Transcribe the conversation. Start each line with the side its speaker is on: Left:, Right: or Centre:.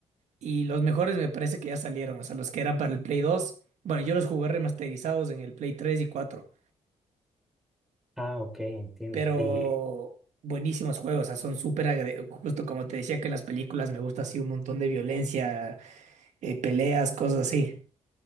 Right: y los mejores me parece que ya salieron. O sea, los que eran para el Play 2. Bueno, yo los jugué remasterizados en el Play 3 y cuatro.
Centre: Ah, ok, entiendo.
Right: pero
Centre: ¿Y
Right: buenísimos juegos. O sea, son súper agre- Justo como te decía que en las películas me gusta así un montón de violencia, eh, peleas, cosas así.